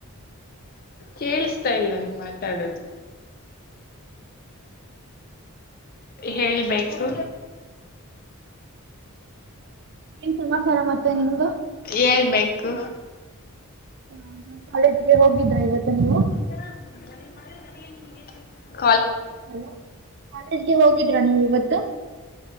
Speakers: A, on the left; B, on the right.
A: ಕೇೇಳಸ್ತಾ ಇಲ್ಲ ನೀವು ಮಾತಾಡೋದು ಹೇಳ್ಬೇಕು
B: ನೀಏನ್ ಸಮಾಥಾರ ಮತ್ತೆ ನಿಮ್ದು
A: ಹೇಳ್ಬೇಕು
B: ಹ ಕಾಳೇಜ್ಗೆ ಹೋಗಿದ್ರಾ ಇವತ್ತು ನೀ
A: ನಿರ ಮ ಮಾಡ ಮನತ
B: ಹಲೋ ಕಾಲೇಜ್ಗೆ ಹೋಗಿದರಾ ನೀವು ಇವತ್ತು